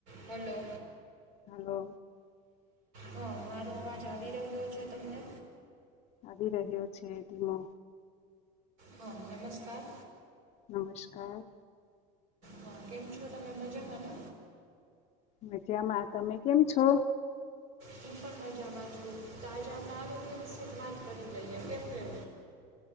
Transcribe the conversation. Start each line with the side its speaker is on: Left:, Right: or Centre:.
Right: Hello
Left: hello
Right: હા મારો અવાજ આવી રહ્યો છે તમને
Left: આવી રહ્યો છે ધીમો
Right: હા નમસ્કાર
Left: નમસ્કાર
Right: હા કેમ છો તમે મજામાંને
Left: મજામાં તમે કેમ છો
Right: હું પણ મજામાં છું તો આજે આપણે આરોગ્ય વિશે જ વાત કરી લઈએ <unintelligible>